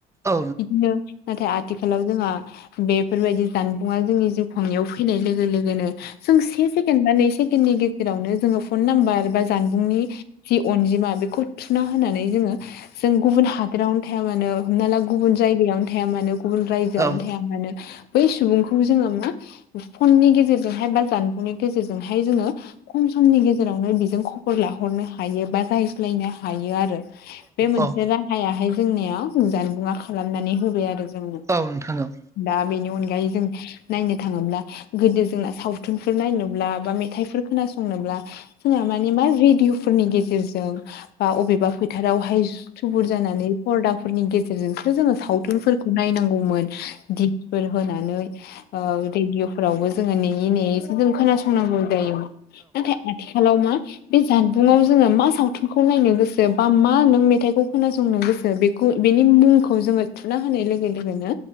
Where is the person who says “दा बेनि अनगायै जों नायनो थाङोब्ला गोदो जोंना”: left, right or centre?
Left